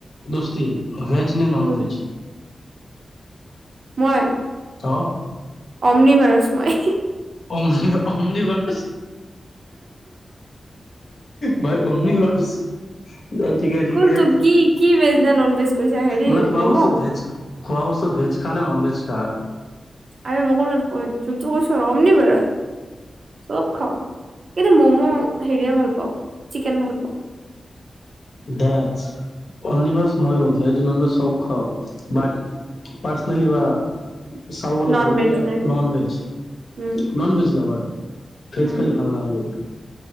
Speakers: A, on the left; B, on the right.
A: দউস্তি। ভেজ নে নন
B: উম
A: ভেজ
B: মই
A: অ
B: অম্নি বাৰচ মই
A: কমটিছ। অমনিভচ ভাই অমনিভাৰ্চ ঠিকে ঠিকে
B: কোনটো কি কি ভেজ নে নন ভেজ কৈছা হেৰি
A: মানে খোৱা
B: ম'ম'
A: বস্তুত ভেজ খোৱা বস্তুত ভেজ খা নে নন ভেজ খা
B: আৰে মই কলোয়ে যোনটো কৈছো অম্নী ভাৰ চব খাওঁ কিন্তু ম'ম' হেৰিয়ে ভাল পা প চিকেন ভাল পাওঁ
A: দেটচ অম্ননিভাৰ মইও যিমান পাও চব খাওঁ বাট <unintelligible> <unintelligible> চাব গ'লে
B: নন
A: ভালকে
B: ভেজ লাগে
A: non veg
B: um
A: non veg লাবাৰ ভেজ
B: উম
A: খালি ভাল নালগে